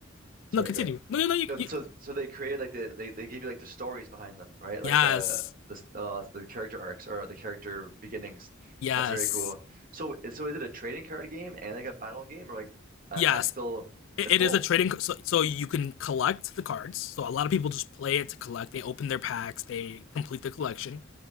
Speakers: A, on the right; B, on the left.
A: Sorry,
B: No, continue.
A: go ahead.
B: No, no, no. You,
A: No,
B: you...
A: So, so they created like the they they give you like the stories behind them, right? Like
B: Yes,
A: the the uh, the character arcs or the character beginnings.
B: yes,
A: That's very cool. So, so is it a trading card game and like a battle game, or like I,
B: yes.
A: I'm still
B: It,
A: it's
B: it
A: both.
B: is a trading, so, so you can collect the cards. So a lot of people just play it to collect. They open their packs, they complete the collection.